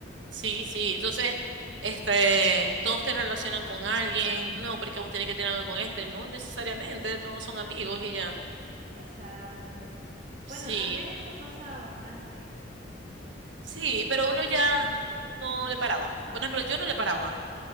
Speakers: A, on the right (about 70°); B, on the right (about 45°).
A: Sí, sí. Entonces, este, todos te relacionan con alguien. No, porque vos tenés que tener algo con este. No necesariamente, todos son amigos y ya.
B: Exacto. Bueno,
A: Sí,
B: antes eso pasaba bastante.
A: Sí, pero uno ya no le paraba. Por ejemplo, yo no le paraba.